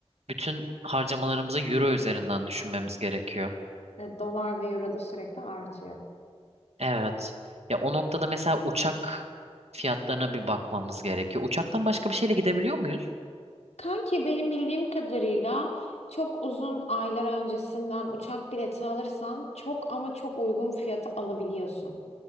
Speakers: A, on the right; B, on the left.
A: bütün harcamalarımızı euro üzerinden düşünmemiz gerekiyor.
B: Ve dolar ve euro da sürekli artıyor.
A: Evet. Ya o noktada mesela uçak fiyatlarına bir bakmamız gerekiyor. Uçaktan başka bir şeyle gidebiliyor muyuz?
B: Kanki benim bildiğim kadarıyla çok uzun aylar öncesinden uçak bileti alırsan çok ama çok uygun fiyata alabiliyorsun.